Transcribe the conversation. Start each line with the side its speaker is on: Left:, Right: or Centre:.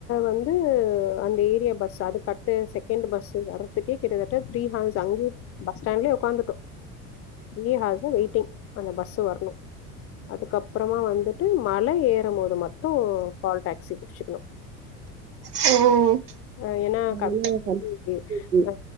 Left: வந்து அந்த ஏர்யா பஸ் அதுக்கு அடுத்த செகண்ட் பஸ் வர துக்கே கிட்டத்தட்ட த்ரீ ஹார்ஸ் அங்க பஸ்ஸ்டேண்டலே உக்காந்துட்டோ த்ரீ ஹார்ஸ் வெய்ட் டிங் அந்த பஸ் வர்ணு அதுக்கப்றோமா வந்துட்டு மழ ஏறு போது மட்டு கால் டேக்சி புடுச்சுக்குணு
Right: ஓ
Left: அ ஏனா
Right: நல்ல
Left: கம்பல்செரி இப்டி
Right: படிச்சிட்டு
Left: அ